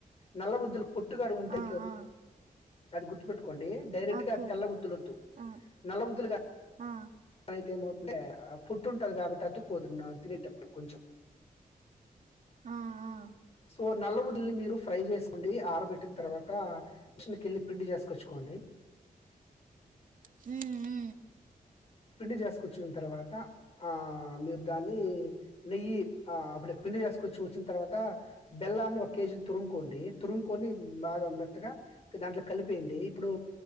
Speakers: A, on the left (about 45°); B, on the right (about 65°).
A: నల్లవుద్దులు, పొట్టుగాడ ఉంటే
B: ఆ ఆ
A: అది గుర్తు పెట్టు కోండి డైరెక్ట్
B: ఓకే
A: గా తెల్లఉద్దులు వద్దు
B: ఆ
A: నల్లవుద్దులు,
B: ఆ
A: అనైతే ఏమవుతుంటే పుట్టు ఉంటది. కాబట్టి అతుకోదు తినేటప్పుడు కొంచెం,
B: ఆ ఆ
A: సో నల్ల వువుందుళిని మీరు ఫ్రై చేసుకోండి ఆరబెట్టిన తరువాత మిషకిళ్ళి పిండి చేసుకొచ్చుకోండి,
B: హు హు
A: పిండి చేసుకొచ్చిన తర్వాత. ఆ మీరు దాన్ని నెయ్యి ఆ అప్పుడు పిండి చేసుకొచ్చి వచ్చిన తర్వాత బెల్లాన్ని ఒక కేజీని తురుుకోండి. తురుంగుకొని బాగా మెత్తగా దాంట్లో కలిపయండి ఇప్పుడు